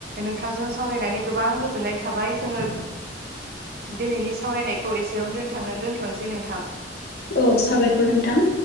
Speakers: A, on the right (about 55°); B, on the left (about 60°).
A: नोंथांजों सावरायनानै गोबां गोजोननाय थाबाय जोङो दिनैनि सावरायनायखौ एसेयावनो दोनथा दोनथ'नोसै नोंथां
B: औ साबायखर नोंथां